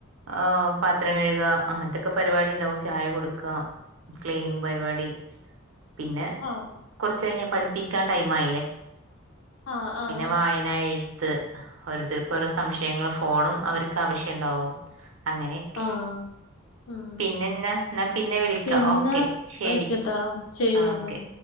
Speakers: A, on the right; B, on the left.
A: ആഹ് പാത്രം കഴ്ക അങ്ങനത്തെക്ക പരിപാടിണ്ടാവും ചായ കൊടുക്ക. ക്ലീനിങ് പരിപാടി പിന്നെ.
B: ആഹ്.
A: കൊറച്ച് കഴിഞ്ഞ പഠിപ്പിക്കാൻ ടൈം ആയില്ലേ.
B: ആഹ് ആഹ്
A: പിന്നെ വായന എഴുത്ത് ഓരോരുത്തർക്ക് ഓരോ സംശയങ്ങള്. ഫോണും അവർക്ക് ആവശ്യം ഉണ്ടാവും. അങ്ങനെക്കെ.
B: ആഹ് ഉം
A: പിന്നെന്നാ എന്നാ പിന്നെ വിളിക്കാം
B: പിന്നെ
A: ഓക്കെ ശരി,
B: വെക്കട്ടാ ശരി
A: ആഹ്
B: എന്നാ
A: ഓക്കെ.